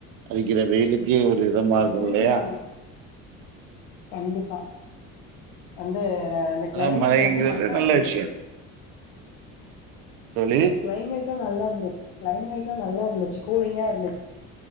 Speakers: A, on the right; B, on the left.
A: அடிக்கிற வெயிலுக் இது ஒரு இதமா இருக்கும்
B: நல்லதுதா
A: இல்லையா
B: கண்டிப்பா வந்து ஆ அந்த
A: அதா
B: கிளைமேட்
A: மழைங்கிறது
B: வந்து நல்லா
A: நல்ல
B: இருந்துச்சு
A: விஷயோ தோழி
B: ஆ கிளைமேட்டு நல்லா இருந்துச்சு கிளைமேட்டு நல்லா இருந்துச்சு கூலிங்கா இரு